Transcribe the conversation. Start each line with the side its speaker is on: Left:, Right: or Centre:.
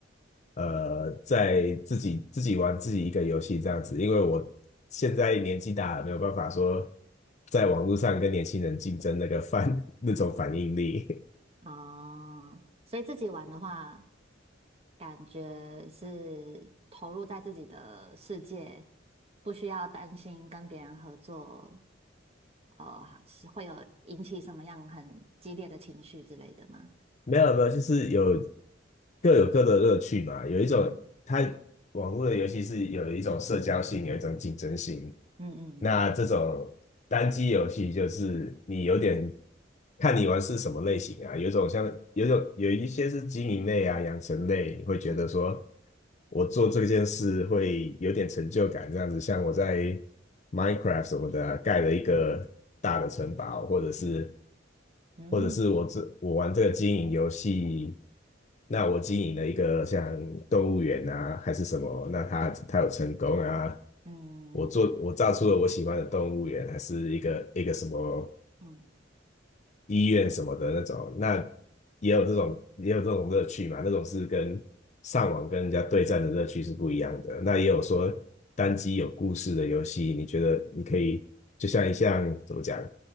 Left: 呃，在自己自己玩自己一个游戏这样子，因为我现在年纪大了，没有办法说在网络上跟年轻人竞争那个反 <laughs> 那种反应力。
Right: 哦，所以自己玩的话，感觉是投入在自己的世界，不需要担心跟别人合作，呃，是会有引起什么样很激烈的情绪之类的吗？
Left: 没有没有，就是有各有各的乐趣嘛。有一种，
Right: 嗯
Left: 它网络的游戏是有一种社交性，有一种竞争性。
Right: 嗯嗯
Left: 那这种单机游戏就是你有点看你玩是什么类型啊，有一种像有一种有一些是经营类啊、养成类，你会觉得说
Right: 嗯
Left: 我做这件事会有点成就感，这样子。像我在 Minecraft 什么的啊盖了一个大的城堡，或者是
Right: 嗯嗯
Left: 或者是我这我玩这个经营游戏，那我经营了一个像动物园啊，还是什么，那它它有成功啊，
Right: 嗯
Left: 我做我造出了我喜欢的动物园，还是一个一个什么
Right: 嗯
Left: 医院什么的那种，那也有这种也有这种乐趣嘛，那种是跟上网跟人家对战的乐趣是不一样的。那也有说单机有故事的游戏，你觉得你可以就像一项怎么讲，